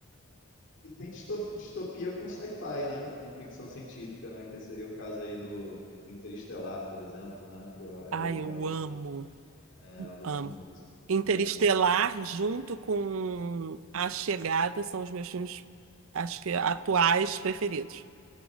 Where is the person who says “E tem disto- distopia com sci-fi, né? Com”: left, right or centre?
Left